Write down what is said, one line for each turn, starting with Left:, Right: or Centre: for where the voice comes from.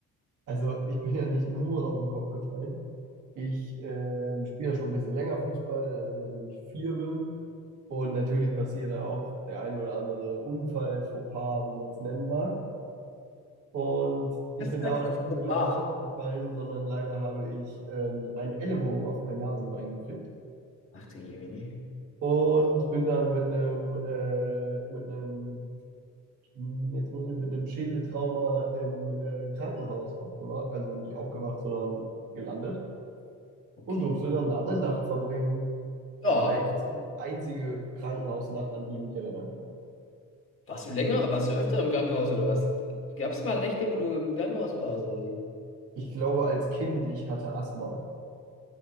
Right: also ich bin ja nicht nur auf den Kopf gefallen. Ich ähm, spiele ja schon ein bisschen länger Fußball, also seitdem ich vier bin. Und natürlich passiert da auch der ein oder andere Unfall, Fauxpas, wie man es nennen mag. Und ich
Left: Das ist
Right: bin
Left: natürlich
Right: damals nicht wirklich
Left: super.
Right: auf den Kopf gefallen, sondern leider habe ich ähm, einen Ellenbogen auf mein Nasenbein gekriegt
Left: Ach du Jemini.
Right: und bin dann mit einem äh, mit einem Hm, Jetzt muss ich mit einem Schädeltrauma im äh, Krankenhaus aufgewacht, also nicht aufgewacht, sondern gelandet
Left: Okay.
Right: und durfte dann da eine Nacht verbringen.
Left: Ja,
Right: Meine erste, einzige Krankenhausnacht, an die ich mich erinnern kann.
Left: warst du länger, warst du öfter im Krankenhaus oder was? Gab es mal Nächte, wo du im Krankenhaus warst? Oder? wie?
Right: Ich glaube, als Kind, ich hatte Asthma.